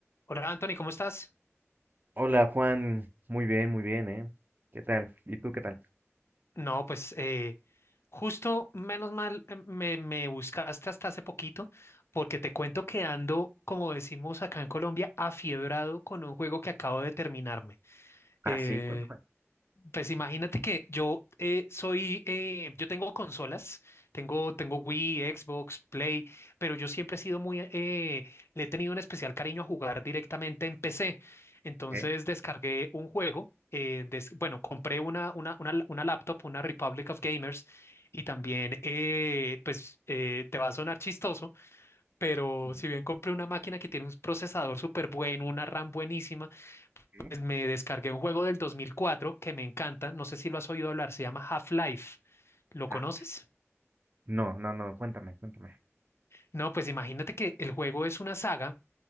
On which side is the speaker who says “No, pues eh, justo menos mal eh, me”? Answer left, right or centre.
Left